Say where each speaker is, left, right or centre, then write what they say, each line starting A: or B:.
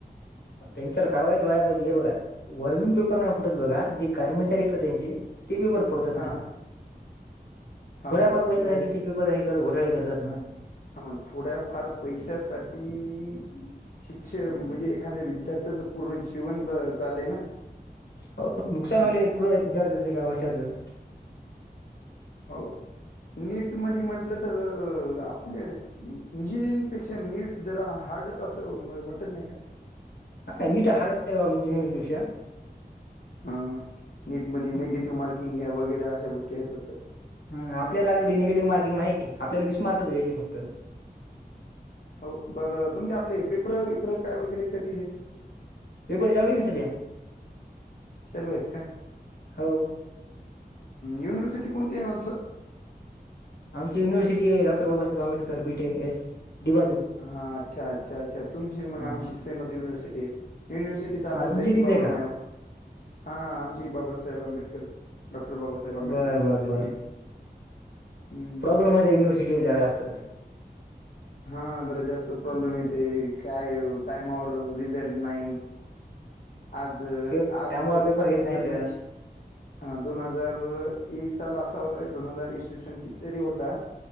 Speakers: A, on the left; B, on the left.
A: त्यांच्यावर कारवाई तर व्हाय पाहिजे हे बघा. वरून पेपर नाही फुटत बघा जे कर्मचारी येत ना त्यांची ते पेपर फोडतात
B: हा
A: ना.
B: हो
A: थोड्याफार पैश्यासाठी
B: ते आहे
A: ती पेपर हे कर घोटाळे करतात ना.
B: हा मग थोड्या फार पैशासाठी शिक्षण म्हणजे एखाद्या विद्यार्थ्याचं पूर्ण जीवन चा चालय ना.
A: हो नुकसान
B: हा
A: होईलय पूर्र विद्यार्थ्याच एका वर्षाचं.
B: हो नीट मधी म्हंटलं तर आपल्या इंजिनिअरिंग पेक्षा नीट जरा हार्ड असं वाटत नाही का?
A: हा नीट हार्ड <unintelligible> इंजिरींग परीक्षा.
B: हा नेट मध्ये
A: हम्म.
B: निगेटिव्ह मार्किंग या वगैरे अशा गोष्टी आहेत वाटतं.
A: हा आपल्याला तेवढी निगेटिव्ह मार्किंग नाही, आपल्याला वीस मार्कच घ्यायची फक्त.
B: हो बरं तुमचे आपले पेपर बीपर काय वगैरे कधी येतील.
A: पेपर चालू आहे का सध्या?
B: चालू आहेत का
A: हो.
B: युनिव्हर्सिटी कोणती आहे म्हटलं.
A: आमची युनिवर्सिटी आहे डॉक्टर बाबासाहेब आंबेडकर बीटे याची. डिबाटू
B: हा अच्छा -अच्छा -अच्छा तुमची मग
A: हा
B: आमची सेमच युनिव्हर्सिटी आहे. युनिव्हर्सिटीचा आपल्याला
A: हा, तुमची
B: लयच
A: तीच
B: प्रॉब्लेम
A: का
B: आहे. हा आमची बाबासाहेब आंबेडकर डॉक्टर बाबासाहेब आंबेडकर
A: बर
B: युनिव्हर्सिटी
A: बर बर
B: आहे. हम्म.
A: प्रॉब्लेम आहे त्या युनिव्हर्सिटीला जरा जास्तच.
B: हा जरा जास्तच प्रॉब्लेम
A: हम्म.
B: येते काय टाईमावर रिझल्ट नाही. आज
A: पे-
B: आज
A: टायमावर पेपर
B: आजची
A: घेत नाहीत
B: जर कंडीशन हा दोन हजार एक साल असा होता, की दोन हजार इसवीसन किती तरी होता.